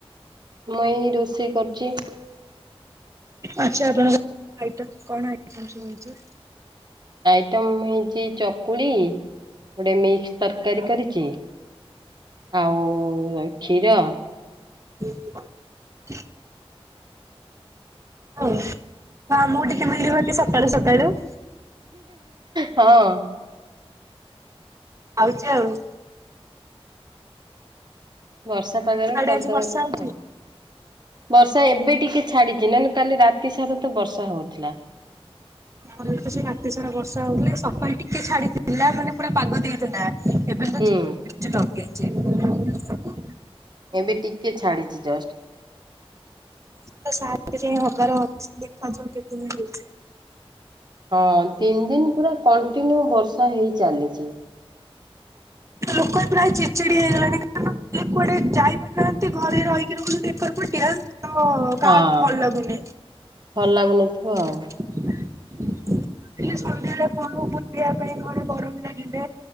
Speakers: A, on the right; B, on the right.
A: ମୁ ଏଇ ରୋଷେଇ କରୁଛି।
B: ଆଛା ଆପଣଙ୍କ ଆଇଡ ଟା କଣ ଆଇଡ ଟା କୁହନ୍ତୁ?
A: ଆଇଟମ୍ ହେଇଛି ଚକୁଳି ଗୋଟେ ମିକ୍ସ ତରକାରୀ କରିଛି। ଆଉ କ୍ଷୀର।
B: <inaudible> ହଉ ହଁ ମୁଁ ଟିକେ ମିଳିବ କି ସକାଳୁ ସକାଳୁ?
A: ହଁ।
B: ଆଉଛି ଆଉ।
A: ବର୍ଷା ପାଗରେ
B: ଆଡେ
A: କରିଦବା
B: ଆଜି ବର୍ଷା
A: କଥା
B: ହଉଛି?
A: ବର୍ଷା ଏବେ ଟିକେ ଛାଡ଼ି ଛି ନହେଲେ କାଲି ରାତି ସାରା ତ ବର୍ଷା ହଉଥିଲା।
B: ଆମର ତ ସେ ରାତି ସାରା ବର୍ଷା ହଉଥିଲା ସକାଳୁ ଟିକେ ଛାଡ଼ିଥିଲା ମାନେ ପୁରା ପାଗ ଦେଇଥିଲା। ଏବେ ତ
A: ହୁଁ
B: ଝିପ୍ ଝିପ୍ ଲଗେଇଛି।
A: ଏବେ ଟିକେ ଛାଡିଛି ଜଷ୍ଟ।
B: ସେ ତ ସାତ୍ ରେ ହବାର ଅଛି ଦେଖାଯାଉ କେତେ ଦିନ ହଉଛି?
A: ହଁ ତିନି ଦିନ ପୁରା କଣ୍ଟିନ୍ୟୁ ବର୍ଷା ହେଇ ଚାଲିଛି।
B: ଲୋକ ବି ପ୍ରାୟ ଚିଡ଼ିଚିଡ଼ି ହେଇଗଲେଣି କାରଣ କିଏ କୁଆଡେ଼ ଯାଇପାରୁନାହାନ୍ତି ଘରେ ରହିକି ରହୁଛନ୍ତି ଏକର ପଟିଆ। ତ କାହାକୁ
A: ହଁ
B: ଭଲ ଲାଗୁନି। ହେଲେ
A: ଭଲ ଲାଗୁନଥିବ ଆଉ।
B: ସନ୍ଧ୍ୟାବେଳେ କଣ ବୁଲିବା ପାଇଁ ଘରେ ଗରମ ଲାଗିଲେ